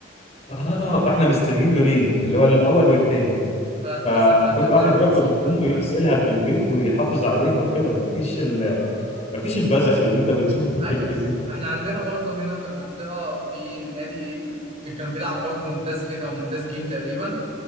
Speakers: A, on the left; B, on the right.
A: اه فاحنا مستلمين لونين اللي هو الاول والتاني
B: على
A: فكل
B: حسب بقى انت تلعب
A: واحد ياخد
B: قصاد
A: هدومه
B: انه فريق
A: ويغسلها في البيت ويحافظ عليها وكده مفيش ال... مفيش البذخ اللي انت بتشوفه في التلفزيون
B: ايوه احنا عندنا برضو هنا في المنطقة في نادي اللي كان بيلعب برضو ممتاز به او ممتاز جيم تقريبا